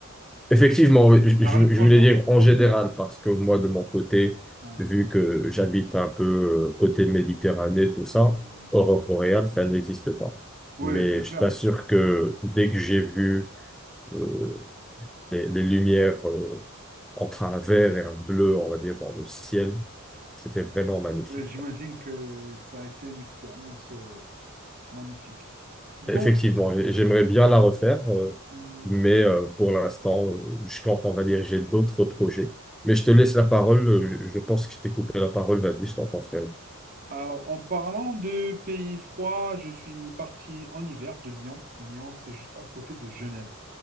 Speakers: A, in the centre; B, on the right.
A: Effectivement, oui, je,
B: vers
A: je
B: le pôle
A: je voulais
B: nord.
A: dire en général, parce que moi,
B: Voilà,
A: de mon côté,
B: Ouais.
A: vu que j'habite un peu euh, côté Méditerranée, tout ça,
B: Euh,
A: Europe boréale, ça n'existe pas.
B: ouais,
A: Mais
B: c'est
A: je
B: clair.
A: t'assure que dès que j'ai vu euh, les, les lumières euh, entre un vert et un bleu, on va dire, dans le ciel, c'était vraiment magnifique.
B: Euh, J'imagine que ça a été une expérience euh, magnifique. Bon,
A: Effectivement, et j'aimerais bien la refaire, euh,
B: hum,
A: mais euh, pour l'instant, euh, je compte, on va dire, j'ai d'autres projets. Mais je te laisse la parole, euh, je pense que je t'ai coupé la parole, vas-y, je t'entends faire.
B: alors en parlant de pays froids, je suis parti en hiver de Lyon. Lyon, c'est juste à côté de Genève,